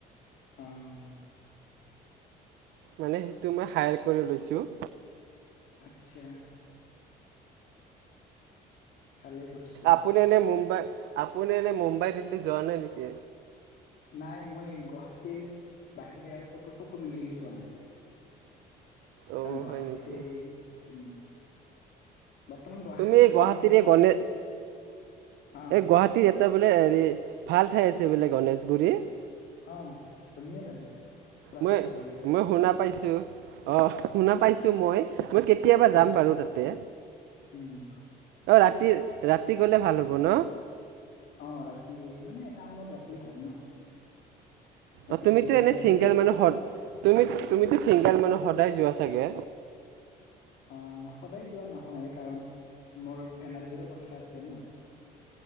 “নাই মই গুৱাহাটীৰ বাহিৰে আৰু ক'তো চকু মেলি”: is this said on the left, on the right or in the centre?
Left